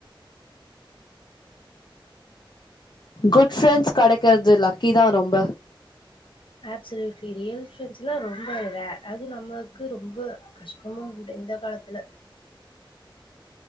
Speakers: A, on the left; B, on the left.
A: குட் ப்ரெண்ட்ஸ் கடைக்கிறது லக்கிதா ரொம்ப
B: அப்சல்யூட்லி ரியல் ப்ரெண்ட்ஸ்லா ரொம் ர அது நமக்கு ரொம்ப கஷ்டமு கூட இந்த காலத்துல